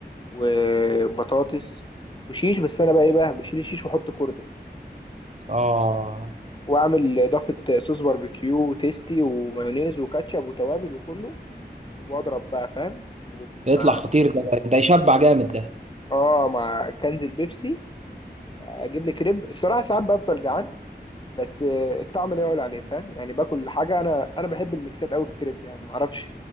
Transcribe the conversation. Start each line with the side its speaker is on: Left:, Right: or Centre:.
Left: وبطاطس وشيش بس انا بقى ايه بقى بشيل الشيش واحط كوردة
Right: اه
Left: واعمل اضافه صوص باربيكيو وتيستي ومايونيز وكاتشب وتوابل وكله واضرب بقى فاهم ومع
Right: ده يطلع خطير ده ده يشبع جامد ده
Left: اه مع كنز البيبسي اجيب لي كريب الصراحه ساعات بفضل جعان بس الطعم لا يعلى عليه فاهم يعني باكل حاجه انا انا بحب الميكسات قوي في الكريب يعني معرفش